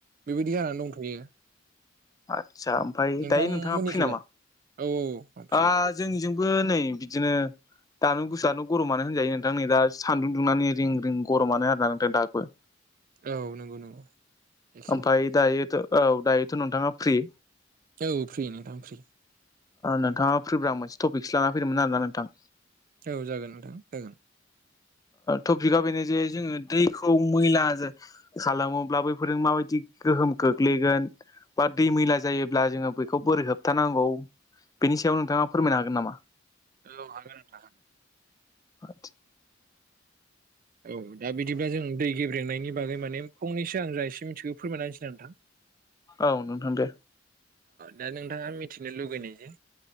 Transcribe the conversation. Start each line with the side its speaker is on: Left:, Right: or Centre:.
Right: बेबायदि जानानै दंथ'यो।
Left: आदसा ओमफफ्राय
Right: नोंथांमोननिखैलाय
Left: दायो नोंथाङा फ्रि नामा?
Right: औ आं फ्रिमोन
Left: ओ जोंनि जोंबो नै बिदिनो दानो गुसुआानो गरमानो होनजायो नोंथां नै दा सान्दुं दुंनानै रिं रिं गरमानो आरो नोंथां दाबो
Right: औ नंगौ नंगौ एखे
Left: ओफाय दायो औ दायोथ' नोंथाङा फ्रि
Right: औ फ्रि नोंथां फ्रि
Left: नोंथाङा फैब्रा मोनसे टपिकसो लान फैदोंमोन आरोना नोंथां।
Right: औ जागोन नोंथां जागोन
Left: टपिका बेनो जे जोङो दैखौ मैला खालामोब्ला बैफोरजों माबायदि गोहोम खोख्लैगोन बा दै मैला जायोब्ला जोङो बेखौ बोरै होबथानांगौ। बेनि सायाव नोंथाङा फोरमायनो हागोन नामा?
Right: औ हागोन नोंथां।
Left: <inaudible>
Right: औ दा बिदिब्ला जों दै गेब्रेंनायनि बागै माने फंनैगां जा एसे मिनथिगौ फोरमायना होनोसै ना नोंथां।
Left: औ नोंथां दे
Right: दा नोंथाङा मिथिनो लुुबैनाय जे